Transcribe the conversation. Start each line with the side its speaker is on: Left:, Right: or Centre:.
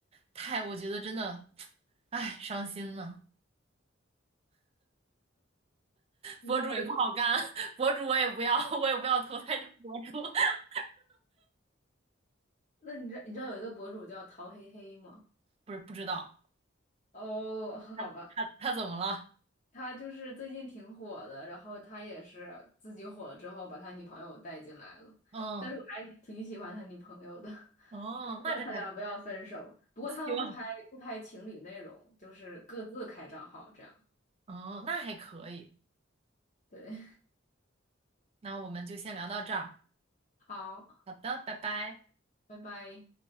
Right: 太，我觉得真的，唉，伤心了，
Left: 你知道有一个，
Right: 博主也不好干，<laughs> 博主我也不要，我也不要投胎成博主，<laughs>
Left: 那你知你知道有一个博主叫陶黑黑吗？
Right: 不是不知道
Left: 哦，<laughs> 好吧，
Right: 他他他怎么了？
Left: 他就是最近挺火的，然后他也是自己火了之后把他女朋友带进来了，
Right: 嗯，
Left: 但是我还挺喜欢他女朋友的，<laughs>
Right: 哦，
Left: 我希望他俩不要分手。
Right: 那这还
Left: 不过他们不拍不拍情侣内容，
Right: 希望。
Left: 就是各自开账号这样。
Right: 哦，那还可以。
Left: 对，
Right: 那我们就先聊到这儿。
Left: <laughs> 好。
Right: 好的，拜拜。
Left: 拜拜。